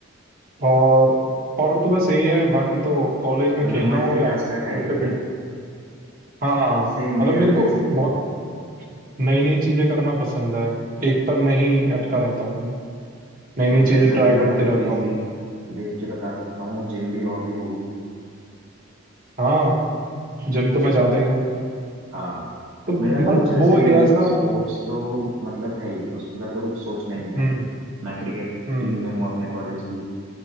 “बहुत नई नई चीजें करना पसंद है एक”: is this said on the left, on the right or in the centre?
Right